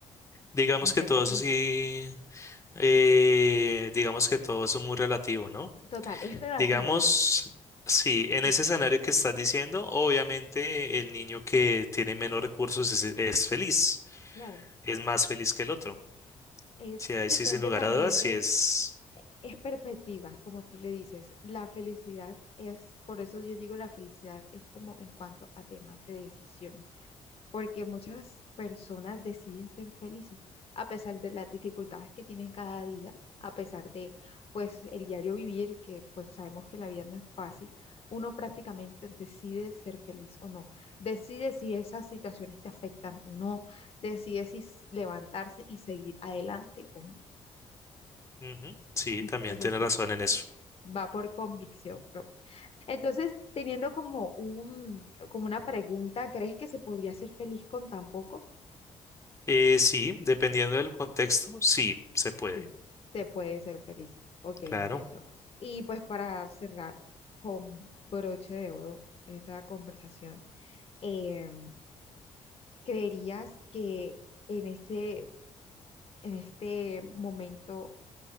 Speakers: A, on the left; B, on the left.
A: Digamos
B: entre
A: que todo
B: comillas.
A: eso sí, eh, digamos que todo eso es muy relativo, ¿no?
B: Total, es relativo.
A: Digamos,
B: el-
A: sí, en
B: Ujú.
A: ese escenario que estás diciendo, obviamente el niño que tiene menos recursos es, es feliz,
B: Claro,
A: es más feliz que el otro.
B: es
A: Sí, ahí
B: depende
A: sí, sin lugar
B: también
A: a dudas, sí
B: de,
A: es...
B: es perspectiva, como tú le dices. La felicidad es, por eso yo digo la felicidad es como en cuanto a temas de decisiones. porque muchas personas deciden ser felices a pesar de las dificultades que tienen cada día, a pesar de pues el diario vivir, que pues sabemos que la vida no es fácil, uno prácticamente decide ser feliz o no, decide si esas situaciones te afectan o no, decide si s- levantarse y seguir adelante o no.
A: Ujú, Sí,
B: Entonces
A: también tienes
B: sí,
A: razón en eso.
B: va por convicción propia. Entonces, teniendo como un, como una pregunta, ¿crees que se podría ser feliz con tan poco?
A: Eh, sí, dependiendo del contexto, sí, se puede,
B: Sí, se puede ser feliz. Ok, entiendo.
A: claro.
B: Y pues para cerrar con broche de oro esta conversación, eh, ¿creerías que en este, en este momento